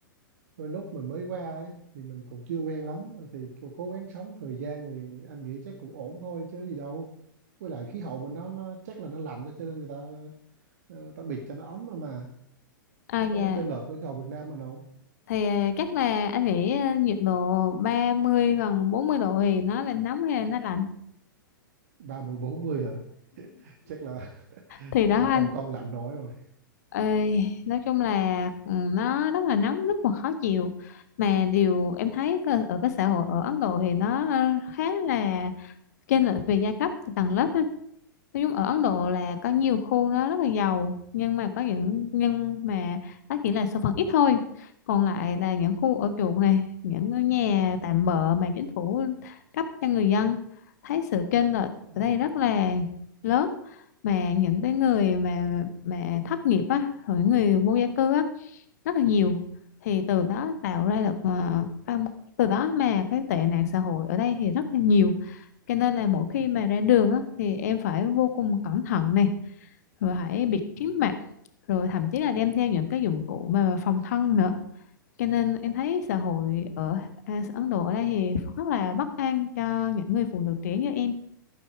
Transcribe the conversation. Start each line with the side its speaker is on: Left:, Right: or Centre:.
Right: đôi lúc mình mới qua ấy, thì mình còn chưa quen lắm thì cố cố gắng sống thời gian thì anh nghĩ chắc cũng ổn thôi chứ gì đâu với lại khí hậu bên đó nó chắc là nó lạnh cho nên người ta ờ, ta bịt cho nó ấm mà mà
Left: à
Right: nó
Left: dạ
Right: có chênh lệch với khí hậu Việt Nam mình không
Left: thì à, chắc là anh nghĩ à, nhiệt độ 30 gần 40 độ thì nó là nóng hay là nó lạnh
Right: ba mười bốn mươi rồi <laughs> chắc là
Left: thì
Right: chắc
Left: đó
Right: là không
Left: anh
Right: không lạnh nổi rồi
Left: ơi nói chung là ừ, nó rất là nóng rất là khó chịu mà điều em thấy cơ- ở cái xã hội ở Ấn Độ thì nó ờ, khá là chênh lệch về giai cấp tầng lớp á. Nói chung ở Ấn Độ là có nhiều khu nó rất là giàu nhưng mà có những nhưng mà nó chỉ là số phận ít thôi còn lại là những khu ở chuột này những ngôi nhà tạm bợ mà chính phủ cấp cho người dân thấy sự chênh lệch
Right: Ừ.
Left: ở đây rất là lớn mà những cái người mà mà thất nghiệp á rồi những người vô gia cư á rất là nhiều thì từ đó tạo ra được ờ, tâm- từ đó mà cái tệ nạn xã hội ở đây thì rất là nhiều cho nên là mỗi
Right: Ừ.
Left: khi mà ra đường á, thì em phải vô cùng cẩn thận nè rồi hãy bịt
Right: Ừ.
Left: kín mặt rồi thậm chí là đem theo những cái dụng cụ mà phòng thân nữa cho nên em thấy xã hội ở à, Ấn Độ ở đây thì rất là bất an cho những người phụ nữ trẻ như em